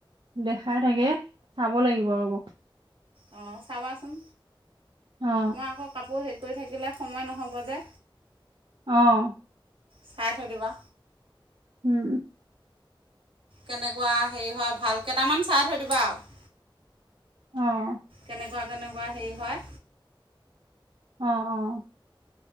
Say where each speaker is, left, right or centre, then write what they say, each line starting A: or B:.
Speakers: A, on the right; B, on the right.
A: দেখাই থাকে চাব লাগিব ৰব,
B: অঁ চাবাচোন
A: অ
B: মই আকৌ কাপোৰ হেৰি কৰি থাকিলে সময় নহ'ব যে।
A: অঁহ।
B: ছাই থৈ দিবা।
A: উম।
B: কেনেকুৱা হেৰি হয় ভাল কেইটামান চাই থৈ দিবা আও। কেনেক
A: অ'
B: কেনেকোৱা কেনেকুৱা হেৰি হয়।
A: অঁ অঁ